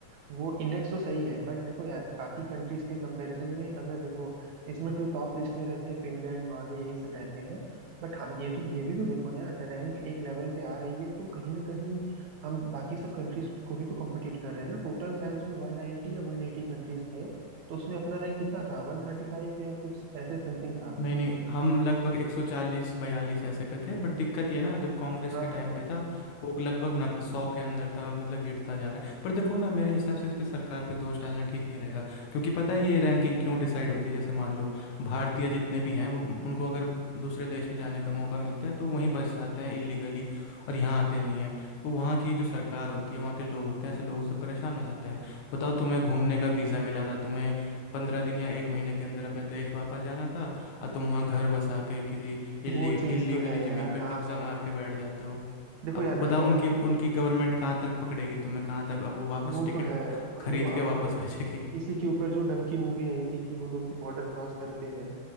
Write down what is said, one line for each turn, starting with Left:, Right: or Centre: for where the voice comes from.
Right: वो इंडेक्स तो सही है बट देखो यार बाकी कंट्रीज के कंपैरिजन में अगर देखो इसमें तो टॉप लिस्ट में रहते हैं फिनलैंड नॉर्वे यही सब रहते हैं बट हाँ ये तो ये भी तो देखो ना यार रैंक एक लेवल पे आ रही है तो कहीं ना कहीं हम बाकी सब कंट्रीज को भी तो कम्पिटिट कर रहे हैं ना टोटल शायद उसमें वन नाइनटी या वन एटी कंट्रीज थे तो उसमें अपना रैंक कितना था वन थर्टी फाइव या कुछ ऐसे समथिंग था
Left: नहीं नहीं हम लगभग 140 42 ऐसे पे थे बट दिक्कत ये है ना जब कांग्रेस
Right: हाँ
Left: के
Right: हाँ
Left: टाइम पे था वो लगभग नब्बे सौ के अंदर था अब मतलब गिरता जा रहा है पर देखो ना मेरे हिसाब से इस पे सरकार पे दोष डालना ठीक नहीं रहेगा क्योंकि पता है ये रैंकिंग क्यों डिसाइड होती है जैसे मान लो भारतीय जितने भी हैं वो उनको अगर दूसरे देश में जाने का मौका मिलता है तो वहीं बस जाते हैं इलीगली और यहाँ आते नहीं हैं तो वहाँ की जो सरकार होती है वहाँ के लोग होते हैं ऐसे लोगों से परेशान हो जाते हैं बताओ तुम्हें घूमने का वीज़ा मिला था तुम्हें पंद्रह दिन या एक महीने के अंदर अपने देश वापस जाना था और तुम वहाँ घर बसा के किसी इल्ली
Right: वो चीज
Left: इल्लीगली
Right: तो है
Left: ज़मीन
Right: यार
Left: पे
Right: हाँ
Left: कब्ज़ा
Right: हाँ
Left: मार के बैठ जाते हो
Right: देखो
Left: अब
Right: यार
Left: बताओ
Right: अगर
Left: उनकी उनकी गवर्नमेंट कहाँ तक पकड़ेगी तुम्हें कहाँ तक अब वो वापस
Right: वो
Left: टिकट
Right: तो है और
Left: खरीद
Right: देखो
Left: के
Right: अब
Left: वापस <laughs> भेजेगी
Right: इसी के ऊपर जो डंकी मूवी आई थी कि वो लोग बॉर्डर क्रॉस करते हैं